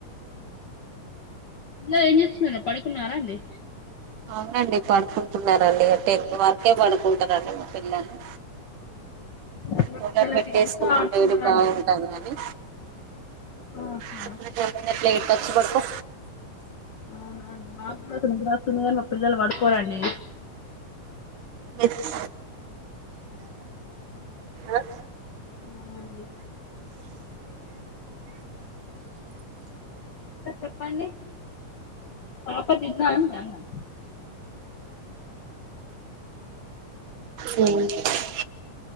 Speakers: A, on the left (about 80°); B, on the right (about 75°).
A: ఇంట్లో ఏం చేస్తున్నారు పడుకున్నారా అండి
B: అవునండి పడుకుంటున్నారండి ఇక టెన్ వరకే పడుకుంటారండి మా పిల్లలు
A: మా
B: కూగ
A: పిల్లలైతే
B: పెట్టేసుకున్నాం
A: ఇంకా ఆడుతున్నారండి
B: రోజు బాగుంటాంది కాని
A: ఆహా
B: స్వప్న జమని ఎట్లా ఇట్టచ్చి పడకో
A: అవువు నా మాత్రం నిదర వస్తుంది కాని మా పిల్లలు పడుకోరండి
B: తెలుస్ ఆ
A: ఆ అది ఇంకా చెప్పండి పాపా తింద అండి అన్నం
B: మ్